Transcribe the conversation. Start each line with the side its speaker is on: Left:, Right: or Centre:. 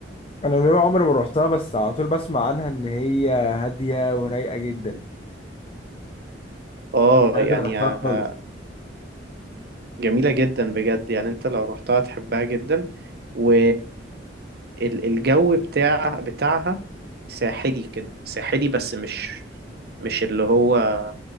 Left: انا نوع عمري ما روحتها بس على طول بسمع عنها ان هي هاديه ورايقه جدا
Right: اه
Left: عمري
Right: يعني
Left: ما روحتها
Right: آه،
Left: خالص
Right: جميلة جدا بجد يعني انت لو رحتها تحبها جدا و ال- الجو بتاع بتاعها ساحلي كده ساحلي بس مش مش اللي هو